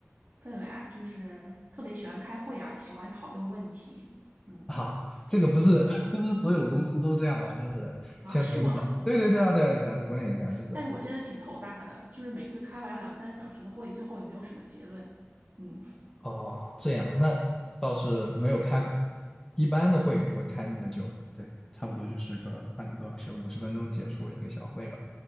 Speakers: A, on the right (about 60°); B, on the left (about 20°).
A: 氛围啊，就是特别喜欢开会啊，喜欢讨论问题，嗯，
B: 啊？这个不是 <laughs> 这不是所有公司都这样吗？就是先来一个早，
A: 啊，是吗？
B: 对对对啊，对对对啊国内也这样，
A: <laughs>
B: 就是
A: 但是我真的挺头大的，就是每次开完了两三个小时的会，最后也没有什么结论，嗯，
B: 哦这样，那倒是没有开，一般的会也不会开那么久，对，差不多就是个半个多小时，五十分钟结束了一个小会吧。